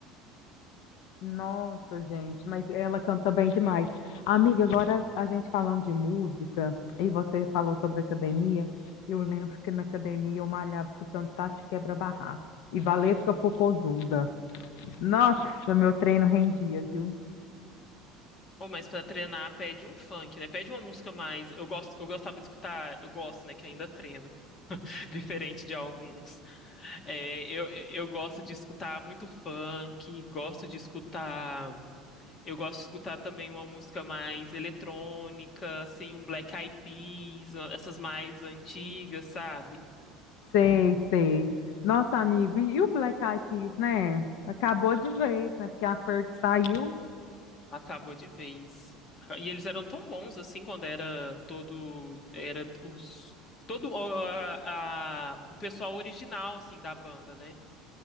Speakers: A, on the left; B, on the left.
A: Nossa, gente, mas ela canta bem demais. Amiga, agora a gente falando de música, e você falou sobre academia, eu lembro que na academia eu malhava escutando Tati Quebra-Barraco e Valesca Popozuda. Nossa, meu treino rendia, viu?
B: Ou mas pra treinar pede um funk, né? Pede uma música mais. Eu gosto, eu gostava de escutar, eu gosto, né, que ainda treino, <laughs> diferente de alguns. É, eu, eu gosto de escutar muito funk, gosto de escutar, eu gosto de escutar também uma música mais eletrônica, assim, um Black Eyed Peas, essas mais antigas, sabe?
A: Sei, sei. Nossa, amigo, e, e o Black Eyed Peas, né? Acabou de vez, né? Porque a Ferg saiu.
B: Acabou de vez. E eles eram tão bons assim quando era todo era os todo o- a, a- o pessoal original assim da banda, né?